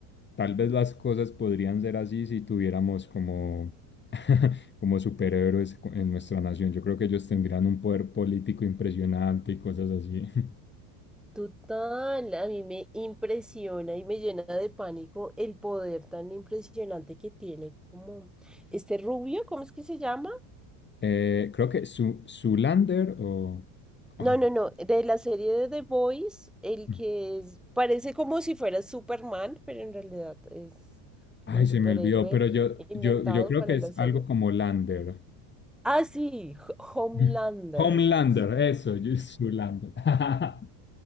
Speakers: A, on the left; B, in the centre.
A: tal vez las cosas podrían ser así si tuviéramos como, <laughs> como superhéroes cu- en nuestra nación. Yo creo que ellos tendrían un poder político impresionante y cosas así. <laughs>
B: Total, a mí me impresiona y me llena de pánico el poder tan impresionante que tiene como este rubio, ¿cómo es que se llama?
A: Eh, creo que su Zoolander o... ah,
B: No, no, no, de la serie de The Boys, el
A: mm,
B: que es- parece como si fuera Superman, pero en realidad es
A: ay,
B: un
A: se
B: superhéroe
A: me olvidó, pero yo,
B: inventado
A: yo, yo creo
B: para
A: que es
B: la serie.
A: algo como Lander.
B: Ah, sí, Ho- Homelander.
A: <laughs> Homelander,
B: sí.
A: eso, yo Zoolander. <laughs>